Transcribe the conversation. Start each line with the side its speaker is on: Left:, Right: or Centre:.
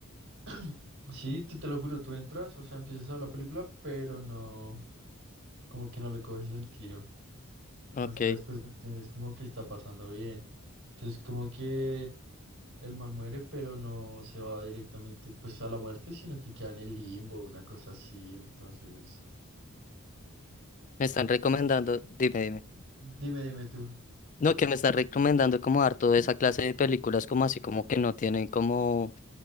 Right: <clears throat> sí, tú te lo juro, tú entras, o sea, empiezas a ver la película, pero no, como que no le coges el tiro.
Left: Ok,
Right: Hasta después no entiendes como que está pasando bien. Entonces, como que el man muere, pero no se va directamente pues a la muerte, sino que queda en el limbo, una cosa así, entonces.
Left: me están recomendando, dime, dime.
Right: Dime, dime tú.
Left: No, que me estás recomendando como dar toda esa clase de películas como así como que no tienen como